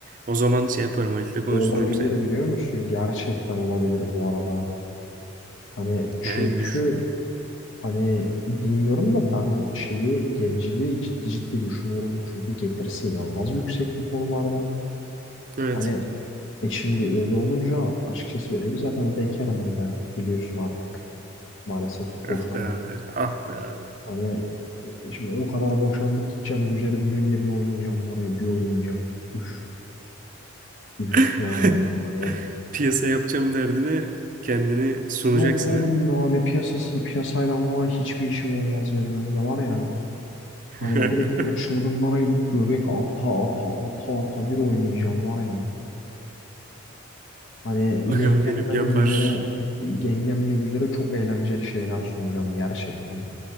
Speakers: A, on the right; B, on the left.
A: O zaman şey yaparım Halit'le konuştururum
B: Olabilir
A: seni.
B: biliyor musun? Gerçekten olabilir bu arada. Hani çünkü
A: Yani bir düşün.
B: hani bilmiyorum da ben şeyi gemiciliği ciddi ciddi düşünüyorum. Çünkü getirisi inanılmaz yüksek bu konularda.
A: Evet.
B: Hani e şimdi öyle olunca açıkçası e, zaten bekarım bir de biliyorsun artık maalesef boşandık.
A: Ah be abi. Ah be abi.
B: Hani e, şimdi o kadar boşandık gideceğim Güzel'in düğünde bir oynayacağım var ya bir oynayacağım. Üf, üf
A: <laughs>
B: yani hani
A: Piyasa yapacağım derdine kendini sunacaksın
B: yok oğlum
A: ha.
B: yani piyasası piyasayla falan hiçbir işim olmaz benim hem de var ya. Hani
A: <laughs>
B: direkt böyle çılgınlara gibi göbek ata ata ata ata bir oynayacağım var ya. Hani yengemden
A: Bakan benim yapar.
B: güzere yengemle güzere çok eğlenceli şeyler sunacağım gerçekten.